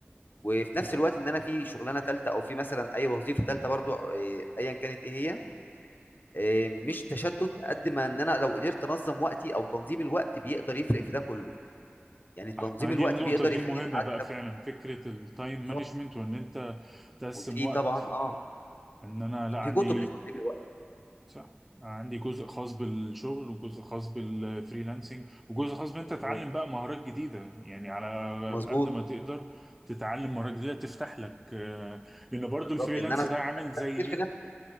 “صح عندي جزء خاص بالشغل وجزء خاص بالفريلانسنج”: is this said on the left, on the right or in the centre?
Centre